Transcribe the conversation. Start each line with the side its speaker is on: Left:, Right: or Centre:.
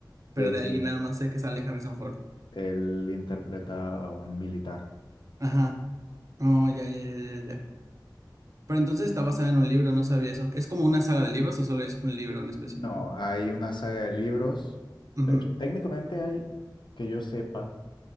Right: pero
Left: sí,
Right: de
Left: sí.
Right: ahí nada más sé que sale Harrison Ford.
Left: Él interpreta a un militar.
Right: Ajá. Oh, ya, ya, ya, ya, ya. Pero entonces está basada en un libro, no sabía eso. ¿Es como una saga de libros o solo es un libro en específico?
Left: No, hay una saga de libros.
Right: Ujú,
Left: De hecho, técnicamente hay, que yo sepa,